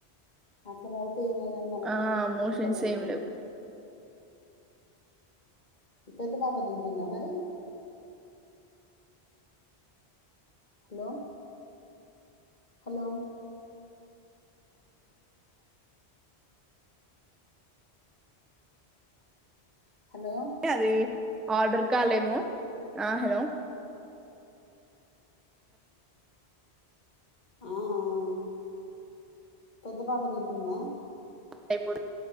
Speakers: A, on the left; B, in the centre.
A: అట్లా బాగ్ తేయినా గానీ మళ్ళ
B: ఆ!
A: మోషన్స్ అయితే ఇబ్బంది ఐతది
B: ఏం లేవు.
A: పెద్ద పాప తింటుందా మరి హలో హలో హలో
B: అది ఆర్డర్ కాలేమో ఆ హలో
A: ఆ ఆ పెద్ద పాప తింటుందా
B: అయిపోదు